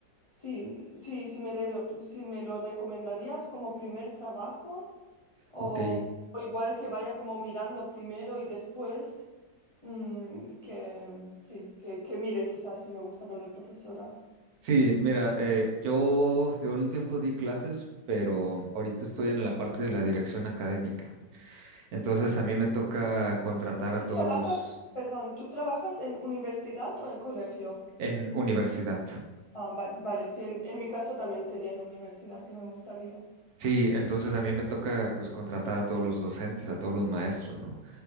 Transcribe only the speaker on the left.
Sí, sí, si me, le- si me lo recomendarías como primer trabajo. O,
o igual que vaya como mirando primero y después mm, que sí, que, que mire quizás si me gusta lo de profesora.
¿Tú
trabajas,
perdón, tú trabajas en universidad o en colegio?
Ah, vale, vale, sí, en, en mi caso también sería en universidad que me gustaría.